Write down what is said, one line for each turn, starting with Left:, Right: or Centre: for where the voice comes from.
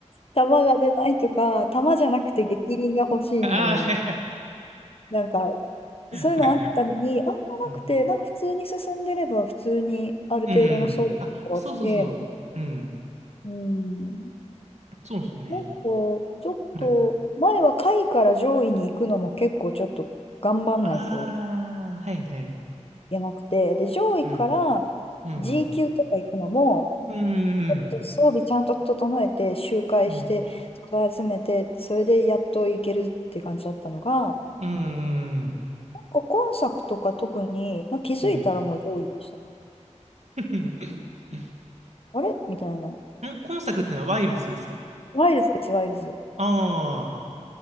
Left: 弾が出ないとか、弾じゃなくて逆鱗が欲しいのに、
Right: ああ、はいはい。
Left: なんか、そういうのあったのに、
Right: はいはい
Left: あんまなくて、
Right: うん。
Left: なんか普通に進んでれば、普通にある程度の装備が揃って、
Right: うん。あ、そうそうそう。うん。
Left: うん、
Right: そうですよね。
Left: なんかちょっと、
Right: はい。
Left: 前は下位から上位に行くのも結構ちょっと頑張んないと
Right: ああ、はいはい。
Left: いけなくて、で、上位から
Right: うん。うん。
Left: G 級とか行くのも、
Right: うん。
Left: 装備ちゃんと整えて、周回して、
Right: うん。
Left: 素材集めて、それでやっと行けるって感じだったのが、
Right: うん。うん。
Left: なんか今作とか特に、なんか気づいたらもう上位でした。
Right: うん。<laughs>
Left: あれみたいな。
Right: 今作ってのはワイルズですか
Left: ワイルズです、ワイルズ。
Right: ああ。